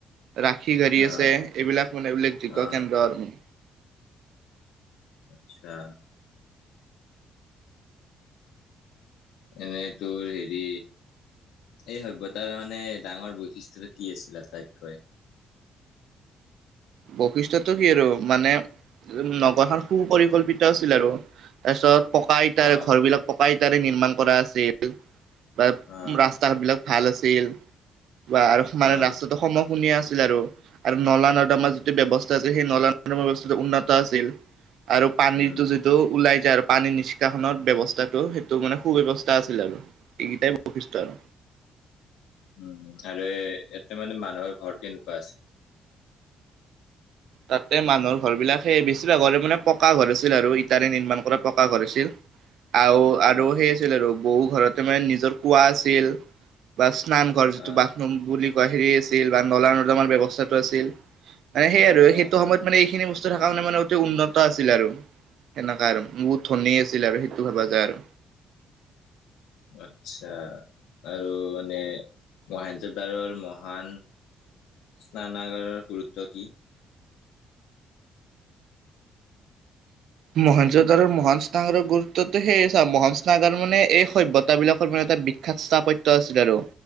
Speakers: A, on the right; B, on the left.
A: ৰাখি গাড়ী
B: অ
A: আছে এইবিলাক মানে এইবিলাগ যোগ্য
B: অ
A: কেন্দ্ৰ আৰ্মী।
B: আচ্ছা। এনেই তোৰ হেৰি এই সভ্যতাৰ মানে ডাঙৰ বৈশিষ্টটো কি আছিল আটাইতকৈ? <inaudible>
A: বৈশিষ্ট্যটো কি আৰু মানে নগৰখন সুপৰিকল্পিত আছিল আৰু। তাৰপিছত পকা ইটাৰে
B: অ
A: ঘৰ বিলাক পকা ইটাৰে নিৰ্মাণ কৰা আছিল। বা
B: অ
A: ৰাস্তা - ঘাট বিলাক ভাল আছিল। বা আৰু মানে
B: অ
A: ৰাস্তাটো সম কুনীয়া আছিল আৰু, আৰু নলা নৰ্দমা যো ব্যৱস্থা আছিল সেই নলা নৰ্দমাৰ ব্যৱস্থাটো উন্নত আছিল আৰু পানীটো
B: উম
A: যিটো ওলাই যায় আৰু পানী নিষ্কাশনৰ ব্যৱস্থাটো সেইটো মানে সুব্যৱস্থা আছিল আৰু। এইকেইটাই বৈশিষ্ট্য আৰু।
B: উম, আৰু ইতে মানে মানুহৰ ঘৰ কেনেকুৱা আছিল?
A: তাতে মানুহৰ ঘৰ বিলাক সেই বেছিভাগৰে মানে পকা ঘৰ আছিল আৰু ইটাৰে নিৰ্মাণ কৰা পকা ঘৰ আছিল। আও আৰু
B: অ
A: সেই আছিল আৰু বহু ঘৰতে মানে নিজৰ কোঁৱা আছিল। বা স্নানঘৰ যিটো
B: অ
A: বাথৰুম বুলি কোৱা হেৰী আছিল বা নলা নৰ্দমাৰ ব্যৱস্থাটো আছিল। মানে সেই আৰু
B: অ অ
A: সেইটো সময়ত মানে এইখিনি বস্তু থকা মানে মানে অতি উন্নত আছিল আৰু সেনকা আৰু বহুত ধনী আছিল আৰু সেইটো ভবা যায় আৰু।
B: আচ্ছা আৰু মানে মহেঞ্জোদাৰোৰ মহান স্নানাগাৰৰ গুৰুত্ব কি?
A: মহেঞ্জোদাৰোৰ মহান স্নানাগাৰৰ গুৰুত্বটো সেয়ে চা মহান স্নানাগাৰ মানে এই সভ্যতা বিলাকৰ এটা বিখ্যাত স্থাপত্য আছিল আৰু।